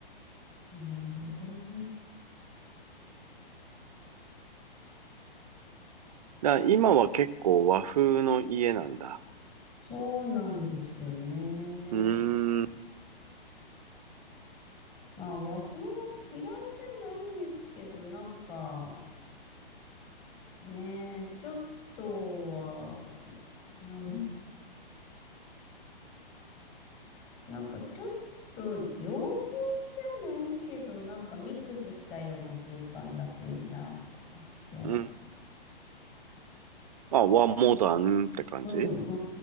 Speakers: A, on the left; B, on the right.
A: なるほど。
B: だから今は結構和風の家なんだ。
A: そうなんですよね。
B: うーん。ん
A: まあ、和風も嫌いじゃないんですけど、なんか、ね、ちょっとは、なん、なんかちょっと洋風じゃないけど、なんかミックスしたような空間だといいなと思って。
B: うん。まあ、和モダンって感じね
A: うんう